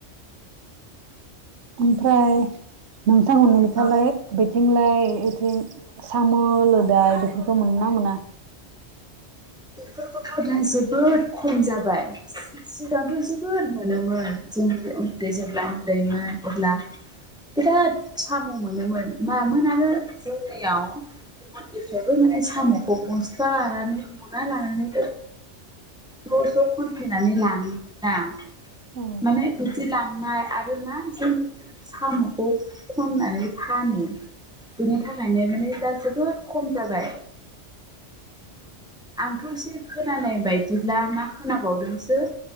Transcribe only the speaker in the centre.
औ
बेथ' दा जोबोद खम जाबाय सिगांथ' जोबोद मोनोमोन जों उन्दै जेब्ला उन्दैमोन अब्ला बिराद साम' मोनोमोन मामोन आरो जोंनियाव मन्दनिफ्रायबो माने साम'खौ बस्थु लानानै हना लानानै ज' ज' खनफैनानै लाङोमोन दा
माने बिदि लांनाय आरो मा जों साम'खौ खननानै फानो बिनि थाखायनो माने दा जोबोद खम जाबाय आंथ' एसे खोनानाय बायदिब्ला मा खोनाबावदोंसो